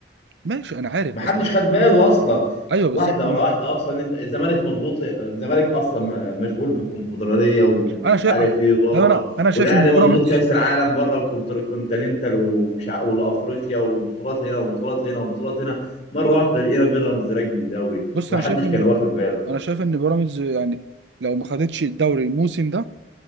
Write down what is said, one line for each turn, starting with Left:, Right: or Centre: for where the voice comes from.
Right: ماشي انا عارف
Left: ما
Right: بس
Left: حدش خد باله اصلا
Right: ايوه بالظبط
Left: واحده
Right: انا
Left: ورا
Right: فاهم
Left: واحده اصلا انت الزمالك مضغوط الزمالك اصلا مشغول بالكونفدراليه ومش
Right: انا شايف
Left: عارف ايه بره
Right: انا انا شايف
Left: والاهلي
Right: ان بيراميدز
Left: مضغوط كاس العالم بره وكونتيننتال ومش ع- وافريقيا وبطولات هنا وبطولات هنا وبطولات هنا مره واحده لقينا بيراميدز راكب الدوري
Right: بص
Left: ومحدش
Right: انا شايف ان
Left: كان واخد باله
Right: انا شايف ان بيراميدز يعني لو ما خدتش الدوري الموسم ده